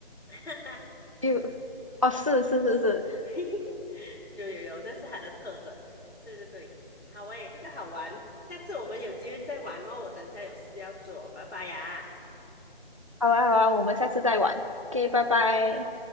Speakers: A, on the left; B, on the right.
A: <laughs>
B: 就，哦，是是是是，
A: 是，<laughs> 有有有，这是它的特征。对对对，好诶，这个好玩，下次我们有机会再玩哦。我等下有事要做，拜拜呀。
B: 好啊好啊，我们下次再玩，OK，拜拜。